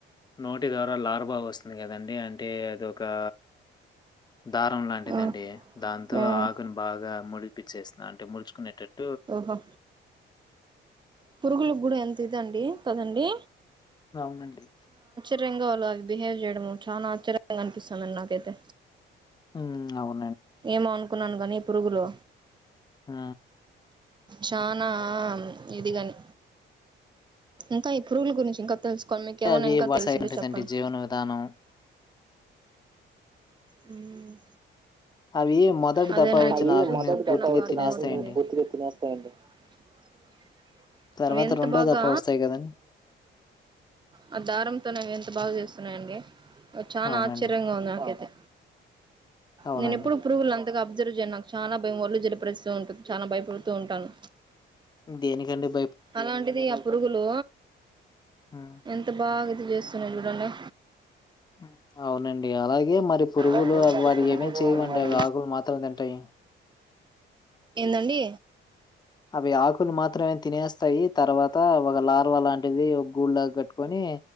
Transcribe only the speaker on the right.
మ్మ్
మ్మ్
ఓహో పురుగులు కూడా ఎం ఇదండి. కదండి.
స్ప్రింగో లో అది బిహేవ్ చేయడము చాలా ఆశ్చర్యంగా కనిపిస్తుందండి. నాకైతే
ఏమో అనుకు కున్నాను కానీ పురుగులు
చాలా ఇది గానీ ఇంకా ఈ పురుగుల గురించి ఇంకా తెలుసుకోవాలి మీకేమైనా
ఇంకా
తెలుసుంటే
చెప్పండి
హ్మ్
అదెలెండి
<unintelligible>
ఎంత
బాగా
ఆ దారంతోనే అవి బాగా చేస్తా అవునండి చానా
ఆశ్చర్యంగా ఉంది నాకైతే
నేను ఎప్పుడు పురుగులన్ అంతగా అబ్జర్వ్ చేయను నాకు చాలా భయం వళ్ళు జలిపరిస్తూ ఉంటంది చాలా భయపడుతూ ఉంటాను
అలాంటిది పురుగులు
ఎంత బాగుం ఏమ్ చేస్తున్నా చూడన్నా
అయితే
మరి
పురుగులు
మరి
ఏందండి